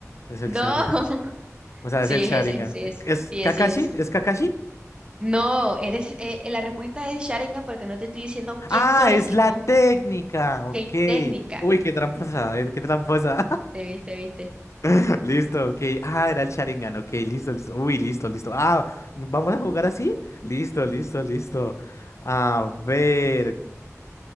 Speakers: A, on the left; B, on the right.
A: Es el
B: No.
A: Sharingan.
B: <laughs>
A: O sea,
B: Sí,
A: es el
B: es
A: Sharingan.
B: ese, sí es,
A: ¿Es
B: sí
A: Kakashi?
B: es, sí es.
A: ¿Es Kakashi?
B: No, eres, eh, la respuesta es Sharingan porque no te estoy diciendo
A: Ah,
B: quién soy,
A: es
B: sino
A: la técnica. Ok.
B: qué técnica.
A: Uy, qué tramposa, eh, qué tramposa.
B: Viste, viste, viste.
A: <laughs> Listo, ok. Ah, era el Sharingan. Ok, listo, listo. Uy, listo, listo. Ah, ¿vamos a jugar así? Listo, listo, listo. A ver.